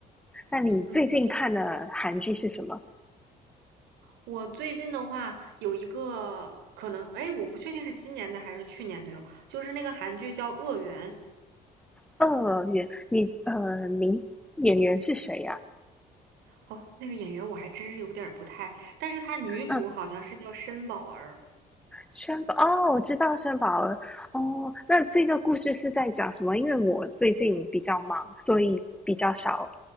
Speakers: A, in the centre; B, on the right (about 85°).
A: 那你最近看的韩剧是什么？
B: 嗯，我最近的话有一个可能，哎，我不确定是今年的还是去年的哟，就是那个韩剧叫《恶缘》。
A: 二元，你呃，名演员是谁呀、
B: 哦，那个演员我还真是有点儿不太，但是她女主好像是叫申宝儿。
A: 嗯。轩宝哦，我知道轩宝了。哦，那这个故事是在讲什么？因为我最近比较忙，所以比较少